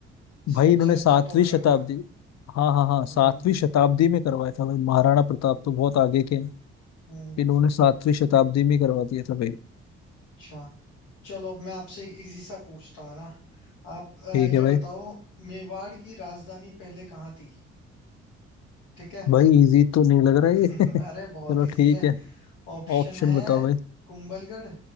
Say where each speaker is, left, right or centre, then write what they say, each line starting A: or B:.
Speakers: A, on the left; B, on the left.
A: स्ट्रक्चर
B: भाई इन्होंने सातवीं
A: चित्तौड़गढ़
B: शताब्दी
A: का
B: हाँ हाँ हाँ सातवीं
A: हम्म
B: शताब्दी में करवाया था भाई महाराणा प्रताप तो बहुत आगे के हैं
A: हम्म
B: इन्होंने सातवीं शताब्दी में करवा दिया था भाई
A: अच्छा चलो अब मैं आपसे एक इजी सा पूछता हूँ है ना आप अ, ये
B: ठीक है भाई
A: बताओ मेवाड़ की राजधानी पहले कहाँ थी ठीक है
B: भाई इजी तो नहीं लग रहा है
A: <laughs>
B: ये <laughs>
A: अरे
B: चलो
A: बहुत इजी
B: ठीक
A: है
B: है
A: ऑप्शन
B: ऑप्शन
A: है
B: बताओ भाई
A: कुंभलगढ़